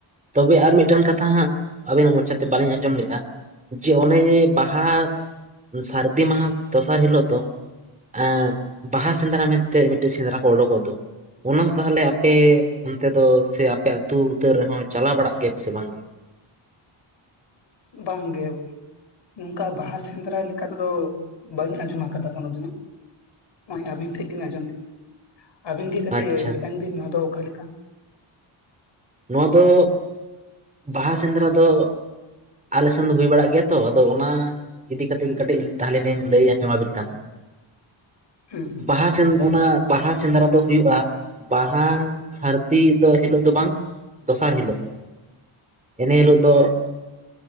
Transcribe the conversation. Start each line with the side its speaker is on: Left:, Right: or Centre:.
Right: ᱛᱚᱵᱮ ᱟᱨ ᱢᱤᱫᱴᱟᱱ ᱠᱟᱛᱷᱟ ᱦᱟᱸᱜ ᱟᱵᱤᱱᱟᱜ ᱢᱚᱪᱟᱛᱮ ᱵᱟᱞᱤᱧ ᱟᱸᱡᱚᱢ ᱞᱮᱫᱼᱟ᱾ ᱡᱮ ᱚᱱᱮ ᱵᱟᱦᱟ ᱥᱟᱹᱨᱫᱤ ᱢᱟᱦᱟ ᱫᱚᱥᱟᱨ ᱦᱤᱞᱚᱜ ᱫᱚ ᱟᱸ ᱵᱟᱦᱟ ᱥᱮᱸᱫᱽᱨᱟ ᱢᱮᱱᱛᱮ ᱢᱤᱫᱴᱮᱡ ᱥᱮᱸᱫᱽᱨᱟ ᱠᱚ ᱚᱰᱚᱠᱚᱜ ᱫᱚ ᱚᱱᱟ ᱫᱚ ᱛᱟᱦᱚᱞᱮ ᱟᱯᱮ ᱚᱱᱛᱮ ᱫᱚ ᱥᱮ ᱟᱯᱮ ᱟᱹᱛᱩ ᱩᱛᱟᱹᱨ ᱨᱮᱦᱚᱸ ᱪᱟᱞᱟᱣ ᱵᱟᱲᱟᱜ ᱜᱮᱭᱟ ᱯᱮ ᱥᱮ ᱵᱟᱝ?
Left: ᱵᱟᱝ ᱜᱮ᱾ ᱱᱚᱝᱠᱟ ᱵᱟᱦᱟ ᱥᱮᱸᱫᱽᱨᱟ ᱞᱮᱠᱟ ᱛᱮᱫᱚ ᱵᱟᱹᱧ ᱟᱸᱡᱚᱢ ᱟᱠᱟᱫᱟ ᱠᱚᱱᱳᱫᱤᱱᱳ ᱾ ᱱᱚᱜ-ᱚᱸᱭ ᱟᱹᱵᱤᱱ ᱴᱷᱮᱱ ᱜᱤᱱ ᱟᱸᱡᱚᱢ᱾ ᱟᱹᱵᱤᱱ ᱜᱮ ᱠᱟᱹᱴᱤᱡ
Right: ᱟᱪᱪᱷᱟ
Left: ᱢᱮᱛᱟᱹᱧ ᱵᱤᱱ ᱱᱚᱣᱟ ᱫᱚ ᱚᱠᱟᱞᱮᱠᱟ?
Right: ᱱᱚᱣᱟ ᱫᱚ ᱵᱟᱦᱟ ᱥᱮᱸᱫᱽᱨᱟ ᱫᱚ ᱟᱞᱮ ᱥᱮᱱ ᱫᱚ ᱦᱩᱭ ᱵᱟᱲᱟᱜ ᱜᱮᱭᱟ ᱛᱚ ᱟᱫᱚ ᱚᱱᱟ ᱤᱫᱤ ᱠᱟᱛᱮᱫ ᱜᱮ ᱠᱟᱹᱴᱤᱡ ᱛᱟᱦᱚᱞᱮ ᱞᱤᱧ ᱞᱟᱹᱭ ᱟᱸᱡᱚᱢ ᱟᱵᱤᱱ ᱠᱟᱱ ᱾
Left: ᱦᱩᱸ
Right: ᱵᱟᱦᱟ ᱥᱮ ᱚᱱᱟ ᱵᱟᱦᱟ ᱥᱮᱸᱫᱽᱨᱟ ᱫᱚ ᱦᱩᱭᱩᱜᱼᱟ᱾ ᱵᱟᱦᱟ ᱥᱟᱹᱨᱫᱤ ᱫᱚ ᱦᱤᱞᱚᱜ ᱫᱚ ᱵᱟᱝ ᱾ ᱫᱚᱥᱟᱨ ᱦᱤᱞᱚᱜ ᱤᱱᱟᱹ ᱦᱤᱞᱚᱜ ᱫᱚ